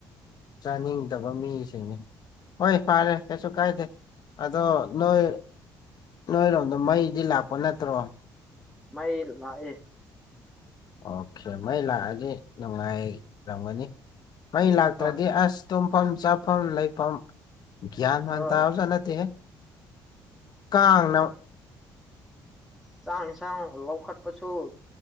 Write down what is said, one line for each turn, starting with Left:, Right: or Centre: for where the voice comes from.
Left: ꯆꯥꯅꯤꯡꯗꯕ ꯃꯤꯁꯤꯡꯅꯤ ꯍꯣꯏ ꯐꯔꯦ ꯀꯩꯁꯨ ꯀꯥꯏꯗꯦ ꯑꯗꯣ ꯅꯣꯏ ꯅꯣꯏꯔꯣꯝꯗ ꯃꯩꯗꯤ ꯂꯥꯛꯄ ꯅꯠꯇ꯭ꯔꯣ
Centre: ꯃꯥꯏ ꯂꯥꯛꯑ
Left: ꯑꯣꯀꯦ ꯃꯩ ꯂꯥꯛꯑꯗꯤ ꯅꯨꯡꯉꯥꯏꯔꯝꯒꯅꯤ ꯃꯩ ꯂꯥꯛꯇ꯭ꯔꯗꯤ
Centre: ꯍꯣꯏ
Left: ꯑꯁ ꯇꯨꯝꯐꯝ ꯆꯥꯐꯝ ꯂꯩꯐꯝ ꯭ꯌꯥꯟ ꯃꯥꯟꯇ
Centre: ꯍꯣꯏ
Left: ꯑꯥꯎꯖꯅꯠꯇ ꯀꯅ
Centre: ꯆꯥꯡꯁꯥꯡ ꯂꯧꯈꯠ ꯄꯁꯨ